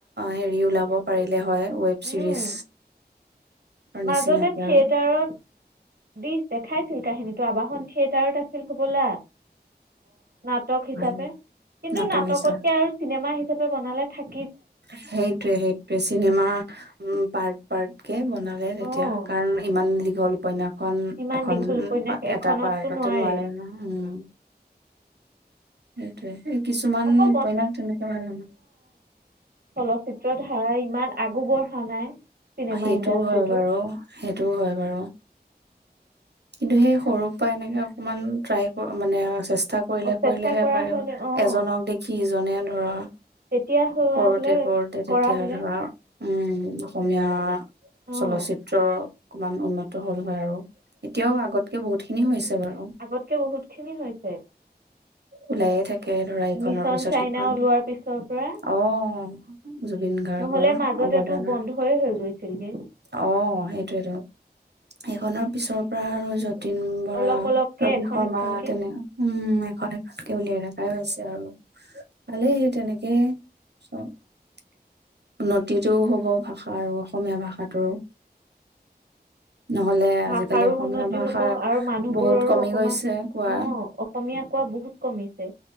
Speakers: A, on the right; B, on the right.
A: হেৰি ওলাব পাৰিলে হয় ৱেব ছিৰিজ
B: উম
A: নিচিনাকে
B: মাজতে থিয়েটাৰত
A: আৰু
B: দি দেখাইছিল কাহি হেনেটো আৱাসন থিয়েটাৰত আছিল হ'বলা নাটক হিচাপে
A: হয়,
B: কিন্তু
A: নাটক
B: নাটকতকে
A: হিচাপ
B: আৰু চিনেমা চুপি বনালে থাকে
A: সেইটোৱে সেইটোৱে চিনেমা ওম পাৰ্ট পাৰ্ট কে বনালে তেতিয়া
B: অঁ
A: কাৰণ ইমান দীঘল উপন্যাস এখন
B: ইমান
A: এখন
B: দীঘল উপন্যাস এখনততো
A: এটা পাৰ্টতে
B: নোৱাৰি
A: নোৱাৰে ন উম উট কিছুমান
B: আকৌ
A: উপনাস তেনেকৈ ভাল হ
B: চলচিত্ৰ ধাৰা ইমান আগুবৰ খ নাই চিনেমা
A: সেইটোও
B: ইণ্ডাষ্ট্ৰীটো
A: হয় বাৰু সেইটোও হয় বাৰু কিন্তু সেই সৰুৰ পৰা এনেকে অকমান ট্ৰাই মানে চেষ্টা কৰিলে
B: চেষ্টা
A: কৰিলেহে
B: কৰা
A: পাৰে
B: হ'লে অঁ
A: এজনক দেখি ইজনে ধৰা
B: তেতিয়া হোৱা
A: কৰোতে
B: হ'লে
A: কৰোতে তেতিয়া
B: কৰা হ'লে
A: ধৰা উম অসমীয়া
B: অঁ
A: চলচিত্ৰ অকমান উন্নত হল হয় আৰু এতিয়াও আগতকে বহুতখিনি হৈছে বাৰু।
B: আগতকে বহুত খিনি হৈছে
A: ওলায়ে থাকে ধৰা ইখনৰ
B: মিছন
A: পিছত
B: চাইনা
A: সিখন।
B: ওলোৱাৰ পিছৰ পৰা
A: অ' জুবিন গাৰ্গৰ
B: নহলে মাজত
A: অৱদানৰ
B: এইটো বন্ধয়ে হৈ গৈছে ছিলকে
A: অ সেইটোয়েইটো সেইখনৰ পিছৰ পৰা আৰু যত যতীন বৰা
B: অলপ অলপকৈ
A: ৰবি
B: এখন
A: শৰ্মা
B: এখনকৈ
A: তেনে উম এষত এষতকে উলিয়াই ৰা খাই হৈছে আৰু ভালেই সেই তেনেকেই চব উন্নতিতটোও হ'ব ভাব ভাষা আৰু অসমীয়া ভাষাটোৰো নহ'লে
B: ভাষাৰো
A: আজিকালি অসমীয়া
B: উন্নতি
A: ভাষা
B: হব আৰু মানুহবোৰৰো
A: বহুত কমি
B: অকমান
A: গৈছে কোৱা
B: অ অসমীয়া কোৱা বহুত কমিছে,